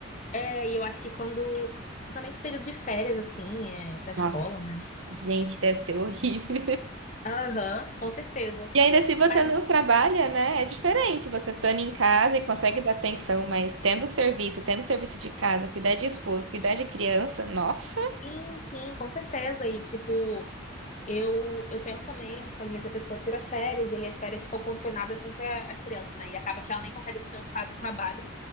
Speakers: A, on the left; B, on the right.
A: É, e eu acho que quando. Principalmente período de férias, assim, é, da escola,
B: Nossa,
A: né?
B: gente, deve ser horrível.
A: Aham, com certeza.
B: E ainda se você
A: Mas
B: não trabalha, né? É diferente. Você estando em casa e consegue dar atenção, mas tendo serviço, tendo serviço de casa, cuidar de esposo, cuidar de criança, nossa.
A: assim, sim, com certeza. E, tipo, eu, eu penso também, tipo, às vezes a pessoa tira férias e aí as férias ficam condicionadas sempre a- às crianças, né? E acaba que ela nem consegue descansar do trabalho.